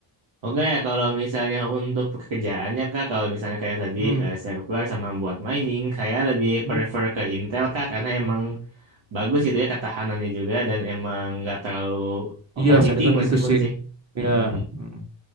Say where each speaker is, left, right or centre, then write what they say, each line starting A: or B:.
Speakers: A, on the right (about 70°); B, on the right (about 35°).
A: Oke, kalau misalnya untuk pekerjaannya, Kak, kalau misalnya kayak tadi
B: Hmm.
A: eh, server sama buat mining, kayak lebih
B: Hmm.
A: prefer ke Intel, Kak, karena emang bagus gitu ya ketahanannya juga dan emang nggak terlalu overheating
B: Iya, saya dengar
A: meskipun
B: gitu sih.
A: sih.
B: Iya.
A: Mm-mm.
B: Hmm,